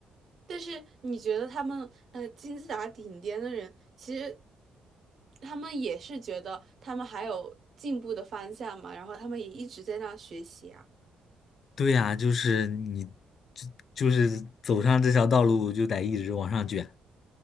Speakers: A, on the right; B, on the left.
A: 但是你觉得他们呃金字塔顶尖的人，其实他们也是觉得他们还有进步的方向嘛，然后他们也一直在那学习啊。
B: 对呀，就是你，就就是走上这条道路就得一直往上卷。